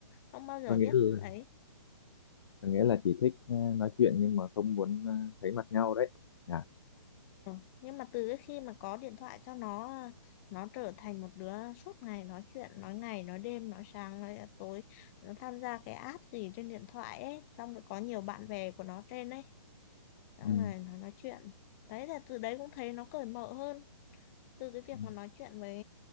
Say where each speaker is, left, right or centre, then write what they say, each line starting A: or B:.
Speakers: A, on the left (about 30°); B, on the left (about 60°).
A: không bao giờ
B: Có nghĩa
A: biết
B: là
A: ấy
B: có nghĩa là chỉ thích ờ, nói chuyện nhưng mà không muốn ờ, thấy mặt nhau đấy. Yeah.
A: Ừ, nhưng mà từ cái khi mà có điện thoại cho nó nó trở thành một đứa suốt ngày nói chuyện nói ngày nói đêm nói sáng nói tối nó tham gia cái app gì trên điện thoại ấy xong rồi có nhiều bạn bè của nó trên ấy xong
B: Ừ.
A: rồi nó nói chuyện đấy là từ đấy cũng thấy nó cởi mở hơn từ cái việc
B: Ừ.
A: mà nói chuyện với